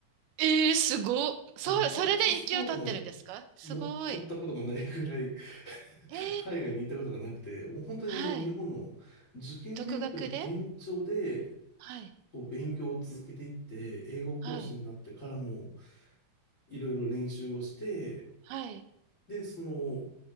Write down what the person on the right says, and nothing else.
えー、すごっ。そう、
それで一級取ってるんですかすごい。
えー、
はい。
独学ではい、
はい、
はい。